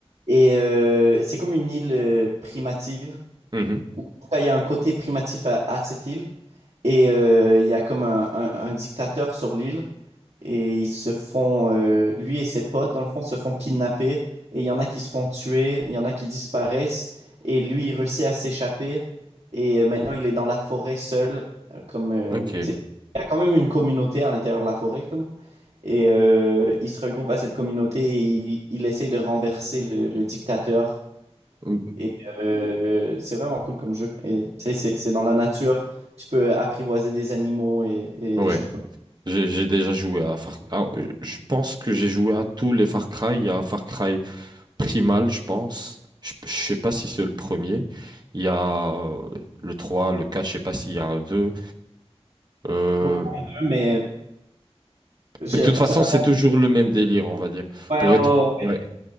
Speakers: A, on the right; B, on the right.
A: et euh, c'est comme une île euh, primative.
B: Mhm.
A: En tout cas, il y a un côté primatif à, à cette île et euh, il y a comme un, un- un dictateur sur l'île et ils se font, euh, lui et ses potes, dans le fond, se font kidnapper et il y en a qui se font tuer, il y en a qui disparaissent et lui, il réussit à s'échapper et euh, maintenant, il est dans la forêt seul, euh, comme, euh,
B: Ok.
A: tu sais, il y a quand même une communauté à l'intérieur de la forêt, comme. Et euh, il se regroupe à cette communauté et il, il essaye de renverser le, le dictateur.
B: Ou-
A: Et euh, c'est vraiment cool comme jeu. Et tu sais, c'est c'est dans la nature. Tu peux apprivoiser des animaux et, et
B: Ouais.
A: des choses comme
B: J'ai j'ai déjà joué à Far... ah, je pense que j'ai joué à tous les Far Cry. Il y a Far Cry Primal, je pense. Je, je sais pas si c'est le premier. Il y a euh, le 3, le 4. je sais pas s'il y a un 2. Euh,
A: ça. Ouais, il y en a deux, mais j'ai
B: Mais de toute
A: personnellement.
B: façon, c'est toujours le même délire, on va dire.
A: Ouais,
B: Pour
A: ouais,
B: être...
A: ouais.
B: Ouais.